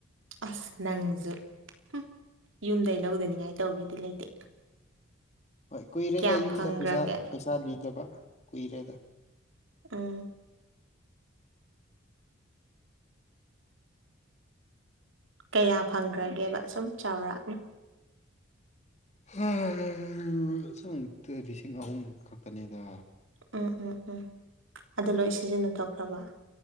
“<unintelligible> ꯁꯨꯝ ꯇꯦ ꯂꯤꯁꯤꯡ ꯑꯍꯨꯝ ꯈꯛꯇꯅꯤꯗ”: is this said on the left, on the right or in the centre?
Left